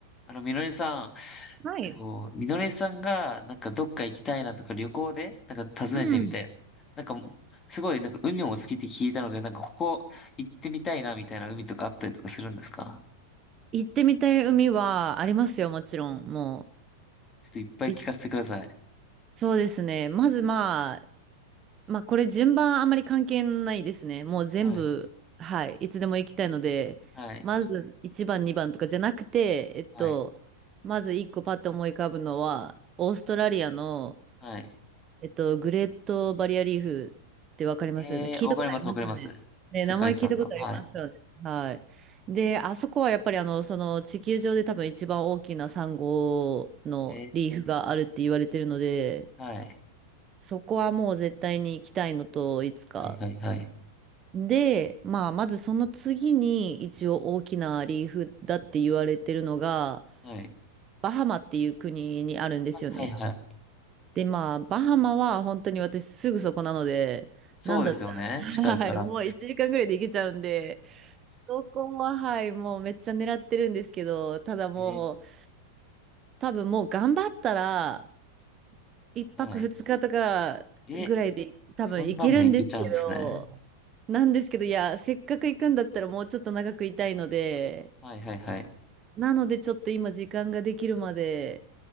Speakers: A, on the left; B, on the right.
A: あの、みのりさん、
B: はい。
A: と、みのりさんが、なんかどっか行きたいなとか旅行で、なんか訪ねてみたい。
B: うん。
A: なんかもう、すごい、なんか海もお好きって聞いたので、なんかここ行ってみたいなみたいな海とかあったりとかするんですか
B: 行ってみたい海はありますよ、もちろん。も
A: ちょっといっぱい聞かせてください。
B: う。いそうですね。まずまあ、まあこれ順番あまり関係ないですね。もう全部、
A: はい、
B: はい。いつでも行きたいので、
A: はい、
B: まず1番、2番とかじゃなくて、えっと、
A: はい、
B: まず1個パッと思い浮かぶのは、オーストラリアの
A: はい。
B: えっと、グレートバリアリーフってわかりますよね。
A: えー、
B: 聞いたことありますよね。
A: わかります、わかります。
B: ね、
A: 世界遺産の。
B: 名前聞いたことありますよね。
A: はい。
B: はい。で、あそこはやっぱりあの、その地球上で多分一番大きなサンゴのリーフがあるって言われてるので、
A: えー、はい、
B: そこはもう絶対に行きたいのと、いつか。
A: はい、はい、はい。
B: で、まあ、まずその次に一応大きなリーフだって言われてるのが、
A: はい、
B: バハマっていう国にあるんですよね。
A: はい、はい。
B: で、まあ、バハマは本当に私すぐそこなので、
A: そうですよね。
B: なんだったら、<laughs>
A: 近いから。
B: はい、もう1時間ぐらいで行けちゃうんで、そこは、はい、もうめっちゃ狙ってるんですけど、ただもう、
A: え
B: 多分もう頑張ったら、1泊2日とかぐらいで多分行けるんですけど、
A: ー、はい。え、そんなんで行けちゃうんですね。
B: なんですけど、いや、せっかく行くんだったらもうちょっと長くいたいので、
A: はい、はい、はい。
B: なのでちょっと今時間ができるまで